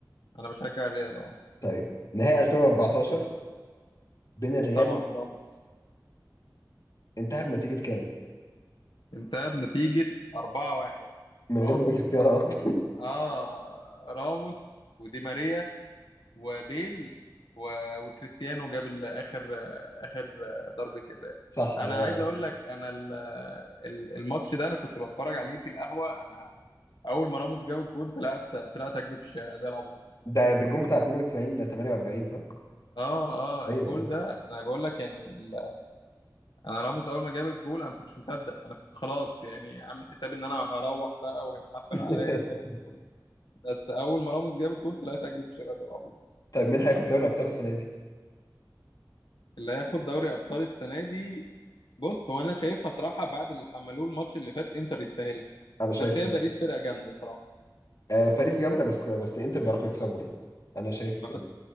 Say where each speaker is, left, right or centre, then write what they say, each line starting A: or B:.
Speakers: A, on the left (about 80°); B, on the left (about 50°).
A: أنا بشجع الريال أه
B: طيب نهائي 2014 بين الريال
A: طبعا راموس
B: انتهى بنتيجة كام؟
A: انتهى بنتيجة 4-1
B: من
A: راموس
B: غير ما اقول اختيارات
A: اه راموس ودي ماريا وبيل و... وكريستيانو جاب ال- اخر اخر ضربة جزاء
B: <laughs> صح
A: انا
B: 4
A: عايز اقول لك انا ال- ال- الماتش ده انا كنت بتفرج عليه في القهوة انا اول ما راموس جاب الجون طلعت طلعت اجري في الشارع زي العبيط
B: ده ده الجون بتاع 92 ل 48 صح؟
A: اه اه
B: ايوه
A: الجول
B: ايوه
A: ده انا بقول لك يعني ال... انا راموس اول ما جاب الجول انا ما كنتش مصدق انا كنت خلاص يعني عامل حسابي ان انا هروح بقى وهيتحفل
B: <laughs>
A: عليا والكلام ده كله بس اول ما راموس جاب الجون طلعت اجري في الشارع زي العبيط
B: طيب مين هياخد دوري الابطال السنة دي؟
A: اللي هياخد دوري ابطال السنه دي بص هو انا شايفها صراحه بعد اللي حملوه الماتش اللي فات انتر يستاهلها
B: انا شايف
A: بس هي باريس فرقه جامده صراحه
B: آه باريس جامدة بس بس انتر بيعرفوا يكسبوا يعني انا شايف
A: ما كنت